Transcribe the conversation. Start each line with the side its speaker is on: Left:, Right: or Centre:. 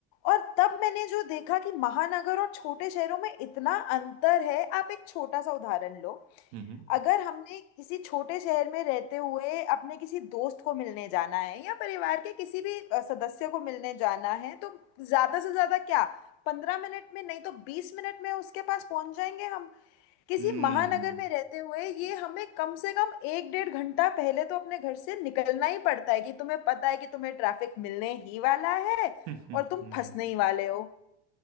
Left: और तब मैंने जो देखा कि महानगर और छोटे शहरों में इतना अंतर है आप एक छोटा सा उदाहरण लो
Right: हम्म हम्म
Left: अगर हमने किसी छोटे शहर में रहते हुए अपने किसी दोस्त को मिलने जाना है या परिवार के किसी भी अ, सदस्य को मिलने जाना है तो ज्यादा से ज्यादा क्या पंद्रह मिनट में नहीं तो बीस मिनट में उसके पास पहुंच जाएंगे हम किसी
Right: हम्म
Left: महानगर में रहते हुए ये हमें कम से कम एक डेढ़ घंटा पहले तो अपने घर से निकलना ही पड़ता है कि तुम्हें पता है कि तुम्हें ट्रैफिक मिलने ही वाला है
Right: हम्म, हम्म,
Left: और तुम
Right: हम्म,
Left: फंसने ही वाले हो